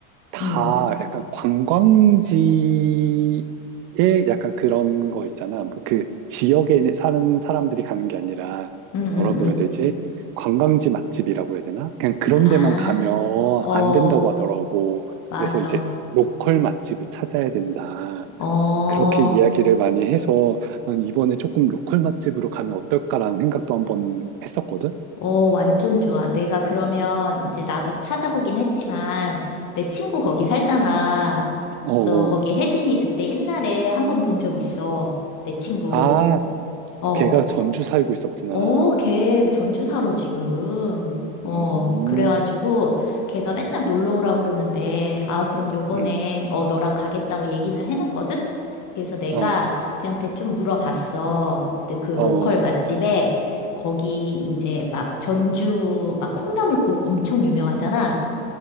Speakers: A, on the right; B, on the left.
A: 다
B: 응,
A: 약간 관광지에 약간 그런 거 있잖아. 뭐 그 지역에 있는 사는 사람들이 가는 게 아니라
B: 응, 응,
A: 뭐라고
B: 응.
A: 해야 되지? 관광지 맛집이라고 해야 되나? 그냥 그런
B: 아,
A: 데만 가면
B: 어,
A: 안 된다고 하더라고.
B: 맞아.
A: 그래서 이제 로컬 맛집을 찾아야 된다.
B: 어,
A: 그렇게 이야기를 많이 해서 난 이번에 조금 로컬 맛집으로 가면 어떨까라는 생각도 한번 했었거든.
B: 어, 완전 좋아. 내가 그러면 이제 나도 찾아보긴 했지만 내 친구 거기 살잖아.
A: 어,
B: 너 거기
A: 어.
B: 혜진이 그때 옛날에 한번 본 적 있어. 내 친구.
A: 아,
B: 어.
A: 걔가 전주 살고 있었구나.
B: 어, 걔
A: 음.
B: 전주사로 지금. 어,
A: 음,
B: 그래가지고 걔가 맨날 놀러 오라고 그러는데, 아, 그럼 요번에,
A: 음,
B: 어, 너랑 가겠다고 얘기는 해놨거든? 그래서 내가
A: 어,
B: 걔한테 좀 물어봤어. 근데 그 로컬
A: 어,
B: 맛집에 거기 이제 막 전주 막 콩나물국 엄청 유명하잖아.